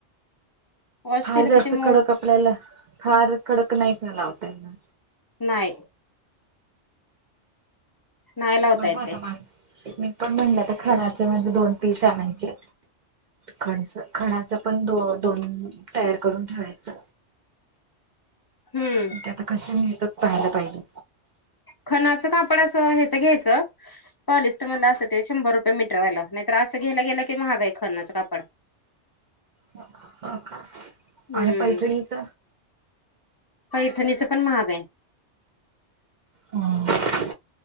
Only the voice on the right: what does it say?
फार
जास्त
कडक आपल्याला फार कडक नाहीच लावता येणार
बघू
आता
मला मी पण म्हणलं आता खणाचे म्हणजे दोन पीस आणायचे. खणच खणाचा पण द दोन तयार करून ठेवायचं
ते आता कशा मिळतात पहायला पाहिजे.
हो का
आणि पैठणीच
हा.